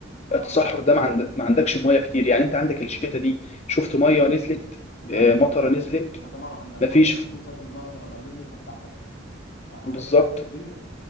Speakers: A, on the left (about 75°); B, on the left (about 35°).
A: اه
B: التصحر ده ما, عند... ما عندكش ميه كتير يعني انت عندك الشتاء دي شفت ميه نزلت
A: لا
B: آه،
A: صح
B: مطره
A: صح
B: نزلت
A: انت طبعا عندك
B: مفيش
A: برضه مشكله سد النهضه لما قالوا النسبه بتاعتك آه
B: بالظبط
A: عملت لك مشكله كبيره